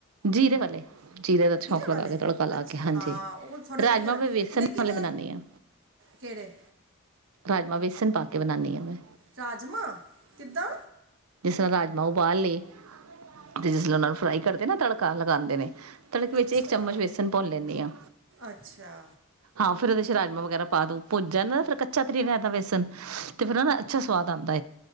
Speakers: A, on the right; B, on the right.
A: ਜੀਰੇ ਵਾਲੇ। ਜੀਰੇ ਦਾ ਸ਼ੌਂਕ ਲਗਾ
B: ਵਾਲੇ
A: ਕੇ ੜਕਾ ਲਾ
B: ਅੱਛਾ
A: ਕੇ ਹਾਂਜੀ
B: ਹਾਂ ਉਹ ਥੋੜ੍ਹੇ
A: ਰਾਜਮਾਂ
B: ਵਧੀਆ ਲੱਗ
A: ਮੈਂ ਵੇਸਨ
B: ਲੇਕਿਨ
A: ਵਾਲੇ ਬਣਾਦੀ ਹਾਂ
B: ਕਿਹੜੇ
A: ਰਾਜਮਾਂ ਵੈਸਣ ਪਾ ਕੇ ਬਣਾਾਨਦੀ ਹ ਮੈਂ।
B: ਰਾਜਮਾਂ ਕਿੱਦਾ
A: ਰਾਜਾਂ ਉਬਾਲ ਲਏ <unintelligible> ਫਰਾਾਈ ਕਰਦੇ ਨਾ ਤੜਕਾ ਲਗਾਉਂਦੇ ਨੇ। ਤੜਕ ਵਿੱਚ
B: ਅੱਛਾ
A: ਇੱਕ ਚਮਚ ਵੇਸਣ ਭੁੰਨ ਲੈਂਦੀ ਹਾਂ
B: ਅੱਛਾ
A: ਹ ਫਿਰਰ ਉਹਦੇ ਚ ਰਾਜਮਾਂ ਵਗੈਰਾ ਪਾ ਦੋ ਭੁੱਜ ਜਾਂਦਾ ਫਿਰ ਕੱਚਾ ਨੀ ਰਹਿੰਦਾ ਵੇਸਨ। ਤੇ ਫੇਿਰ ਹਨ ਨਾ ਅੱਛਾ ਸਵਾਦ ਆਉਂਦਾ